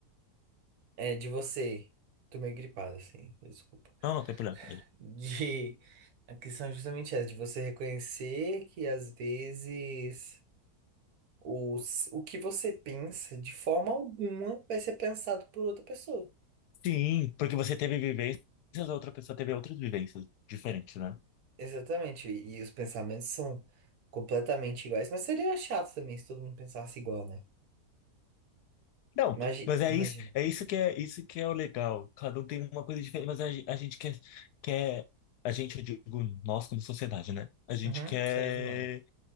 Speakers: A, on the right; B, on the left.
A: É de você. Tô meio gripado, assim, desculpa.
B: Não, não
A: <laughs>
B: tem problema.
A: De. A questão é justamente essa, de você reconhecer que às vezes o, s- o que você pensa, de forma alguma, vai ser pensado por outra pessoa.
B: Sim, porque você teve vivências, a outra pessoa teve outras vivências diferentes, né?
A: Exatamente. E, e os pensamentos são completamente iguais. Mas seria chato também se todo mundo pensasse igual, né?
B: Não,
A: Imagina.
B: mas é
A: Imagina.
B: isso, é isso que é isso que é o legal. Cada um tem uma coisa diferente, mas a, gen- a gente quer, quer, a gente, eu digo, nós como sociedade, né? A gente
A: Uhum,
B: quer
A: ser humano.